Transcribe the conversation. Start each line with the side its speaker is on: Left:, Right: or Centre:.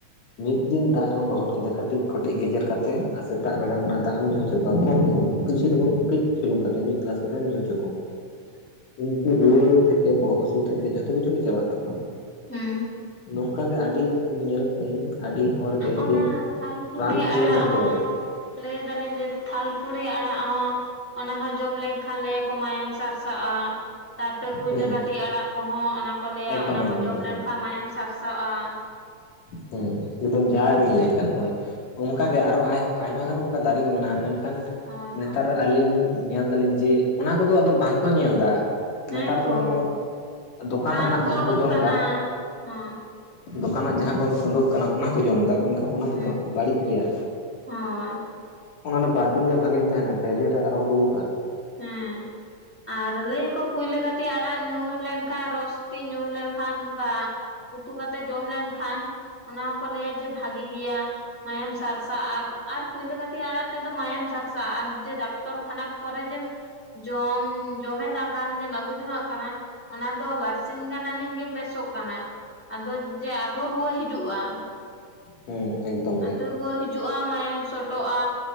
Left: ᱢᱤᱫ ᱫᱤᱱ ᱫᱟᱜ ᱨᱮᱢ ᱞᱚᱦᱚᱫ ᱠᱮᱫᱟ ᱠᱟᱹᱴᱤᱡ ᱠᱚᱴᱤᱡ ᱜᱮᱡᱮᱨ ᱠᱟᱛᱮ ᱛᱮ ᱟᱨ ᱥᱮᱛᱟᱜ ᱵᱮᱲᱟ ᱚᱱᱟ ᱫᱟᱜᱮᱢ ᱧᱩ ᱦᱚᱪᱚ ᱠᱚᱣᱟ ᱠᱚᱢ ᱠᱚᱢ ᱛᱩᱞᱥᱤ ᱫᱚᱵᱟᱝ ᱠᱟᱹᱡ ᱪᱩᱞᱩᱝ ᱠᱟᱛᱮᱫ ᱢᱤᱫ ᱜᱞᱟᱥ ᱠᱟᱛᱮᱢ ᱧᱩ ᱦᱚᱪᱚ ᱠᱚᱢ ᱩᱱᱠᱩ ᱨᱩᱣᱟᱹ ᱛᱷᱮᱠᱮ ᱵᱚᱦᱚᱜ ᱦᱟᱥᱩ ᱛᱷᱮᱠᱮ ᱡᱚᱛᱷᱚ ᱠᱤᱪᱷᱩ ᱜᱮ ᱪᱟᱵᱟᱜ ᱛᱟᱠᱚᱣᱟ
Centre: ᱦᱮᱸ
Left: ᱱᱚᱝᱠᱟ ᱜᱮ ᱟᱹᱰᱤ ᱧᱮᱞᱮᱫ ᱠᱩᱣᱤᱧ ᱟᱹᱰᱤ ᱦᱚᱲ ᱜᱮ
Centre: ᱚᱱᱟ
Left: ᱡᱮ
Centre: ᱛᱷᱟᱞᱠᱩᱲᱤ
Left: ᱨᱟᱱ ᱠᱚ ᱜᱚᱜᱚ
Centre: ᱟᱲᱟᱜ
Left: ᱵᱟᱝ
Centre: ᱦᱚᱸ
Left: ᱠᱚ ᱵᱟᱲᱟᱭᱟ
Centre: ᱞᱟᱹᱭ ᱫᱟᱹᱞᱤᱧ ᱡᱮ ᱛᱷᱟᱞ ᱠᱩᱲᱤ ᱟᱲᱟᱜ ᱦᱚᱸ ᱚᱱᱟ ᱦᱚᱸ ᱡᱚᱢ ᱞᱮᱱᱠᱷᱟᱱ ᱞᱟᱹᱭᱭᱟᱠᱚ ᱢᱟᱭᱟᱢ ᱥᱟᱨᱥᱟᱜᱼᱟ ᱾ ᱛᱟᱨ ᱛᱮ ᱠᱩᱭᱞᱟᱹ
Left: ᱦᱮᱸ
Centre: ᱠᱟᱹᱴᱤ ᱟᱲᱟᱜ ᱠᱚᱦᱚᱸ ᱚᱱᱟ ᱠᱚ ᱞᱟᱹᱭᱟ
Left: ᱮᱠᱫᱚᱢ
Centre: ᱚᱱᱟ
Left: ᱮᱠᱫᱚᱢ
Centre: ᱠᱚ ᱡᱚᱢ
Left: ᱮᱠᱫᱚᱢ
Centre: ᱞᱮᱱ ᱠᱷᱟᱱ ᱢᱟᱭᱟᱢ ᱥᱟᱨᱥᱟᱜᱼᱟ᱾
Left: ᱦᱮᱸ ᱮᱠᱫᱚᱢ ᱡᱟᱵᱤᱱ ᱞᱟᱹᱭ ᱠᱟᱫ ᱦᱳᱭ ᱚᱝᱠᱟ
Centre: ᱦᱚᱸ
Left: ᱜᱮ ᱟᱨᱚ ᱟᱭ ᱟᱭᱢᱟ ᱜᱟᱱ ᱚᱱᱠᱟ ᱫᱟᱨᱮ ᱠᱚ ᱢᱮᱱᱟᱜᱼᱟ ᱢᱮᱱᱠᱷᱟᱱ
Centre: ᱦᱳᱭ
Left: ᱱᱮᱛᱟᱨ
Centre: ᱦᱳᱭ
Left: ᱟᱹᱞᱤᱧ ᱧᱮᱞ ᱫᱟᱹᱞᱤᱧ ᱡᱮ ᱚᱱᱟ ᱠᱚᱫᱚ ᱟᱫᱚ ᱵᱟᱝᱠᱚ ᱧᱮᱞ ᱫᱟ᱾
Centre: ᱦᱮᱸ
Left: ᱱᱮᱛᱟᱨ
Centre: ᱛᱚ
Left: ᱫᱚ ᱦᱟᱱᱮ ᱫᱚᱠᱟᱱ
Centre: ᱨᱟᱱ
Left: ᱨᱮᱱᱟᱜ ᱡᱟᱦᱟᱸ
Centre: ᱩᱰᱩᱝ
Left: ᱠᱚ ᱡᱚᱢ
Centre: ᱠᱟᱱᱟ
Left: ᱫᱟ,
Centre: ᱦᱚᱸ
Left: ᱫᱚᱠᱟᱱᱟᱜ ᱡᱟᱦᱟᱸ ᱠᱚᱧ ᱩᱰᱩᱠ ᱠᱟᱱᱟ ᱚᱱᱟ ᱠᱚ ᱡᱚᱢ ᱫᱟ, ᱢᱮᱱᱠᱷᱟᱱ ᱚᱱᱟ
Centre: ᱦᱩᱸ
Left: ᱫᱚ ᱵᱟᱹᱲᱤᱡ ᱜᱮᱭᱟ᱾
Centre: ᱦᱳᱭ
Left: ᱚᱱᱟ ᱫᱚ ᱵᱟᱨ ᱫᱤᱱ ᱜᱮ ᱵᱷᱟᱜᱤᱢ ᱛᱟᱦᱮᱸᱱᱟ, ᱯᱮ ᱫᱤᱱ ᱨᱮ ᱟᱨᱦᱚᱢ ᱨᱩᱣᱟᱹᱜᱼᱟ ᱾
Centre: ᱦᱮᱸ ᱟᱨ ᱞᱟᱹᱭ ᱟᱠᱚ ᱠᱩᱭᱞᱟᱹ ᱠᱟᱹ ᱴᱤ ᱟᱲᱟᱜ ᱧᱩ ᱞᱮᱱᱠᱷᱟᱱ ᱨᱚᱥᱴᱤ ᱧᱩ ᱞᱮᱱᱠᱷᱟᱱ ᱵᱟ ᱩᱛᱩ ᱠᱟᱛᱮ ᱡᱚᱢ ᱞᱮᱱᱠᱷᱟᱱ ᱚᱱᱟ ᱦᱚᱸᱠᱚ ᱞᱟᱹᱭᱟ ᱡᱮ ᱵᱷᱟᱜᱤ ᱜᱮᱭᱟ᱾ ᱢᱟᱭᱟᱢ ᱥᱟᱨᱥᱟ ᱟᱨ ᱟᱨ ᱠᱩᱭᱞᱟᱹ ᱠᱟᱹᱴᱤ ᱟᱲᱟᱜ ᱛᱮᱫᱚ ᱢᱟᱭᱟᱢ ᱥᱟᱨᱥᱟ ᱟᱨ ᱡᱮ ᱰᱟᱠᱛᱚᱨ ᱠᱷᱟᱱᱟ ᱠᱚᱨᱮ ᱡᱮᱢ ᱡᱚᱢ ᱡᱚᱢᱮ ᱫᱟᱢ ᱨᱟᱱ ᱡᱮᱢ ᱟᱹᱜᱩ ᱡᱚᱝᱟᱜ ᱠᱟᱱᱟ, ᱚᱱᱟ ᱫᱚ ᱵᱟᱨᱥᱤᱧ ᱜᱟᱱ ᱟᱹᱱᱤᱡ ᱜᱮᱢ ᱵᱮᱥᱚᱜ ᱠᱟᱱᱟ, ᱟᱫᱚ ᱡᱮ ᱟᱨᱦᱚᱸ ᱨᱩᱣᱟᱹ ᱦᱤᱡᱩᱜᱼᱟ ᱾
Left: ᱦᱩᱸ ᱮᱠᱫᱚᱢ
Centre: ᱟᱫᱚ
Left: ᱜᱮ
Centre: ᱨᱩᱣᱟᱹ ᱦᱤᱡᱩᱜᱼᱟ ᱢᱟᱭᱟᱢ ᱥᱚᱴᱚᱜᱼᱟ᱾